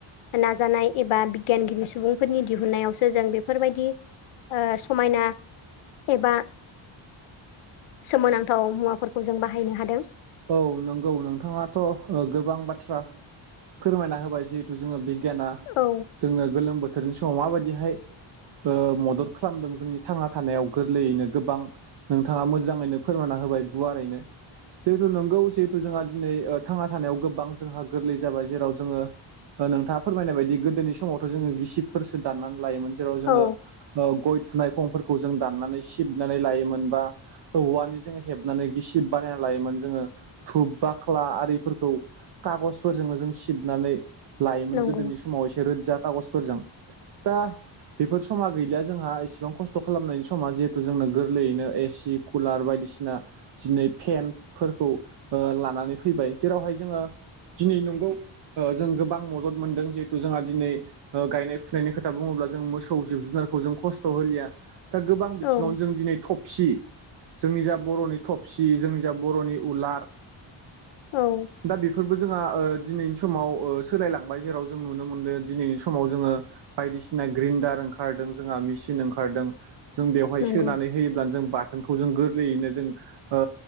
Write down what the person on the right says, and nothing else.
औ नंगौ नोंथाङाथ' ओ गोबां बाथ्रा फोरमायना होबाय जिहेतु जोङो बिगियाना
जोंङो गोलोम बोथोरनि समाव माबायदिहाय ओ मदद खालामदों जोंनि थांना थानायाव गोरलैयैनो गोबां नोंथाङा मोजाङैनो फोरमानना होबाय गुवारैनो। जिहेतु नोंगौ जिहेथु जोङा दिनै थांना थानायाव गोबां जोंहा गोरलै जाबाय जेराव जोङो ओ नोंथाङा फोरमायनाय बायदि गोदोनि समावथ' जोङो गिसिबफोरसो दाननानै लायोमोन। जेराव जोङो
ओ गय थुनाय खंफोरखौ जों दानानै सिबनानै लोयोमोन बा औवानि जों हेबनानै गिसिब बानायना लायोमोन जोङो धुब बाक्ला आरिफोरखौ खागजफोरजोंनो जों सिबनानै लायोमोन
गोदोनि समाव एसे रोदजा खागजफोरजों दा बेफोर समा गैलिया जोंहा इसेबां खस्थ' खालामनायनि समा जिहेथु जोंनो गोरलैयैनो एसि कुलार बायदिसिना दिनै फेनफोरखौ लानानै फैबाय जेरावहाय जोङो दिनै नंगौ ओ जों गोबां मदद मोनदों जिहेथु जोंहा दिनै ओ गायनाय फुनायनि खोथा बुङोब्ला जों मोसौ जिब जुनारखौ जों खस्थ' होलिया। दा गोबां बिथिङावनो
जों दिनै थबसि जोंनि जा बर'नि थब सि जोंनि जा बर'नि उलार
दा बेफोरबो जोङा ओ दिनैनि समाव ओ सोलायलांबाय जेराव जों नुनो मोनदो दिनैनि समाव जोङो बायदिसिना ग्रिनडार ओंखारदों जोंहा मिचिन ओंखारदों। जों बेवहाय
सोनानै होयोब्लानो जों बाथोनखौ जों गोरलैयैनो जों ओ